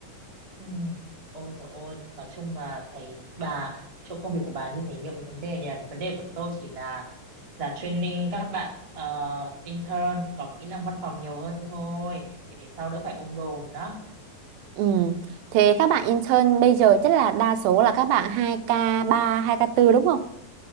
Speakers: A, on the right; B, on the right.
A: Ừ. Ôi dồi ôi, nói chung là thấy bà chỗ công việc của bà như thế nhiều vấn đề nhỉ. Vấn đề của tôi chỉ là là training các bạn ờ, intern có kỹ năng văn phòng nhiều hơn thôi để sau đỡ phải ôm đồm đó.
B: Ừ. Thế các bạn intern bây giờ chắc là đa số là các bạn hai k ba hai k bốn đúng không?